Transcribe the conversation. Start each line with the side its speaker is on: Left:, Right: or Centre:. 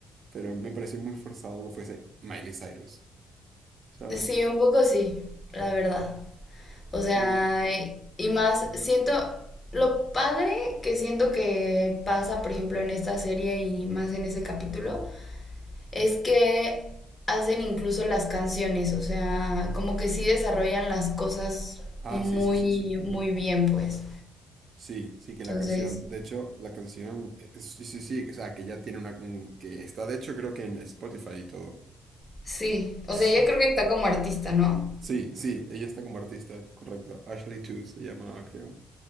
Right: pero me pareció muy forzado que fuese Miley Cyrus, ¿sabes?
Left: Sí, un poco sí, la verdad. O sea,
Right: Pero bueno.
Left: y y más siento lo padre que siento que pasa, por ejemplo, en esta serie y más en ese capítulo, es que hacen incluso las canciones, o sea, como que sí desarrollan las cosas
Right: Ah,
Left: muy,
Right: sí, sí, sí, sí.
Left: muy bien, pues.
Right: Sí, sí, que la
Left: Entonces,
Right: canción, de hecho, la canción, eh, sí, sí, sí, o sea, que ya tiene una, un- que está de hecho creo que en Spotify y todo.
Left: sí, o
Right: <laughs>
Left: sea, yo creo que está como artista, ¿no?
Right: Sí, sí, ella está como artista, correcto. Ashley Two se llamaba, creo.